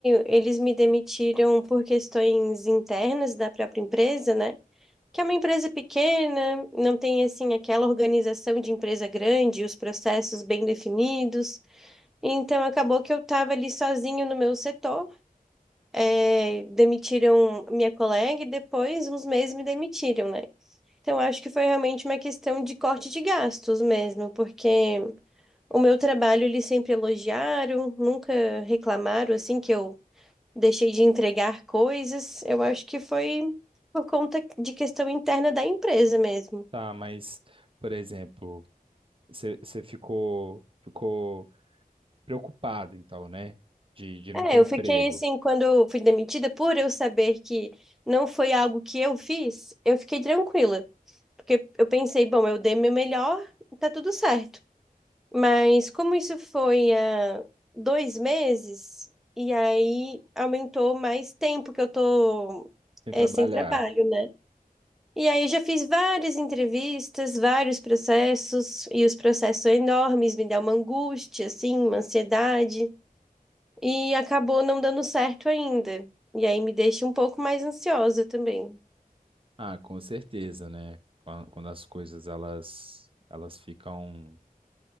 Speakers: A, in the centre; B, on the right.
A: eles me demitiram por questões internas da própria empresa, né? Que é uma empresa pequena, não tem assim aquela organização de empresa grande, os processos bem definidos. Então acabou que eu estava ali sozinho no meu setor. É, demitiram minha colega e depois, uns meses, me demitiram, né? Então acho que foi realmente uma questão de corte de gastos mesmo, porque o meu trabalho eles sempre elogiaram, nunca reclamaram assim que eu deixei de entregar coisas. Eu acho que foi por conta de questão interna da empresa mesmo.
B: Tá, mas, por exemplo, você você ficou, ficou preocupado, então, né? De, de não
A: É,
B: ter emprego,
A: eu fiquei assim, quando eu fui demitida, por eu saber que não foi algo que eu fiz, eu fiquei tranquila. Porque eu pensei, bom, eu dei meu melhor, tá tudo certo. Mas como isso foi há dois meses, e aí aumentou mais tempo que eu tô,
B: sem
A: é,
B: trabalhar.
A: sem trabalho, né? E aí já fiz várias entrevistas, vários processos, e os processos são enormes, me dá uma angústia, assim, uma ansiedade, e acabou não dando certo ainda. E aí me deixa um pouco mais ansiosa também.
B: Ah, com certeza, né? Quan- Quando as coisas, elas, elas ficam,